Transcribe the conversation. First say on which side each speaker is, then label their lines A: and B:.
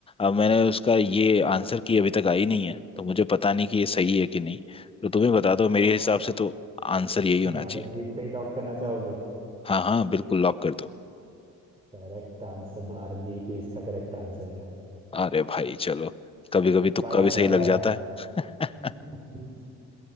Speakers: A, on the left; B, on the right.
A: अब मैंने उसका ये आंसर की अभी तक आई नहीं है तो मुझे पता नहीं कि ये सही है कि नहीं तो तुम ही बता दो मेरे
B: तो
A: हिसाब
B: आप
A: से तो आंसर यही होना
B: बारन
A: चाहिए
B: द्वीप पे ही लॉक करना चाहोगे
A: हाँ हाँ बिल्कुल लॉक कर दो
B: करेक्ट आंसर बारन द्वीप ही इसका करेक्ट आंसर है
A: अरे भाई चलो कभी कभी
B: पढ़ा
A: तुक्का भी
B: तो
A: सही लग
B: है
A: जाता है
B: <laughs>
A: <laughs>